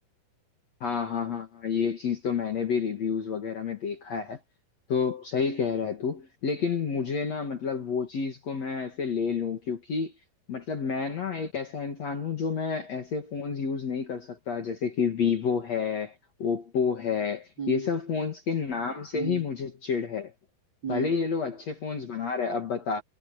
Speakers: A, on the left (about 45°); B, on the right (about 30°).
A: हाँ हाँ हाँ हाँ ये चीज तो मैंने भी रिव्यूज वगैरह में देखा है तो सही कह रहा है तू लेकिन मुझे ना मतलब वो चीज को मैं ऐसे ले लूं क्योंकि मतलब मैं ना एक ऐसा इंसान हूँ जो मैं ऐसे फोन्स यूज नहीं कर सकता जैसे कि वीवो है ओप्पो है
B: हम्म
A: ये सब फोन्स के नाम से
B: हम्म
A: ही मुझे चिढ़ है
B: हम्म
A: भले ये लोग अच्छे फोन्स बना रहे हैं अब बता